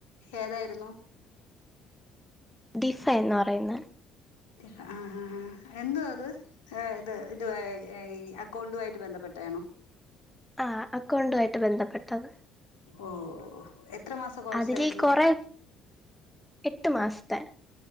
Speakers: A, on the left (about 75°); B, in the centre.
A: ഏതായിരുന്നു
B: ഡിഫെൻ ന്ന് പറയുന്ന
A: ആഹ്. ആഹ്. ആഹ് എന്ത്യാ അത് ഏ ഇത് ഇത് അക്കൗണ്ടുമായിട്ട് ബന്ധപ്പെട്ടതണോ
B: ആഹ്. അക്കൗണ്ടു ആയിട്ട് ബന്ധപ്പെട്ടത്.
A: ഓഹ് എത്ര മാസ കോഴ്സായ്ര്ന്നു
B: അതില് കൊറെ എട്ട് മാസ്ത്തെ